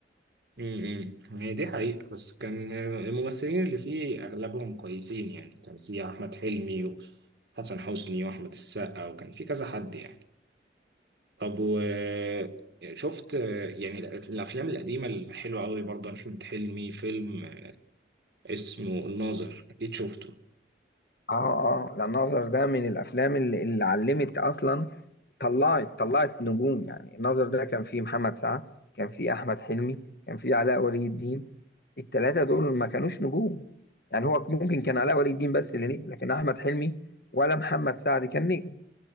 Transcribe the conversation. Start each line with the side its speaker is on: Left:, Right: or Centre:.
Right: امم هي دي حقيقة بس كان الممثلين اللي فيه أغلبهم كويسين يعني كان في أحمد حلمي وحسن حسني وأحمد السقا وكان في كذا حد يعني طب وشفت يعني الأف- الافلام القديمه الحلوه قوي برضه احمد حلمي فيلم اسمه الناظر اكيد شفته
Left: اه اه لا الناظر ده من الافلام اللي, اللي علمت اصلا طلعت طلعت نجوم يعني الناظر ده كان فيه محمد سعد كان فيه احمد حلمي كان فيه علاء ولي الدين التلاتة دول ما كانوش نجوم يعني هو ممكن كان علاء ولي الدين بس اللي نجم لكن احمد حلمي ولا محمد سعد كان نجم